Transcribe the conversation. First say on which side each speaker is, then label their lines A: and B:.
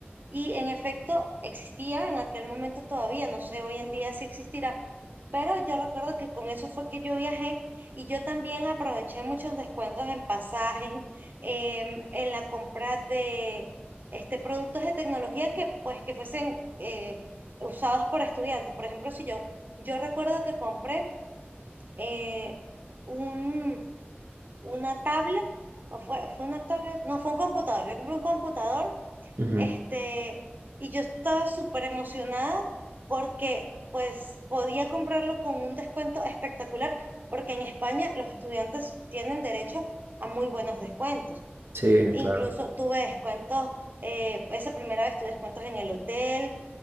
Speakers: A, on the right; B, on the right.
A: Y en efecto, existía en aquel momento todavía, no sé hoy en día si existirá, pero yo recuerdo que con eso fue que yo viajé y yo también aproveché muchos descuentos en pasajes, em, en la compra de este, productos de tecnología que pues que fuesen eh, usados por estudiantes. Por ejemplo, si yo, yo recuerdo que compré eh, un, una tablet, o fue, fue una tablet, no, fue un computador. Yo compré un computador
B: ujú.
A: este, y yo estaba súper emocionada porque pues podía comprarlo con un descuento espectacular, porque en España los estudiantes tienen derecho a muy buenos descuentos.
B: Sí,
A: Incluso
B: claro.
A: tuve descuentos, eh, esa primera vez tuve descuentos en el hotel,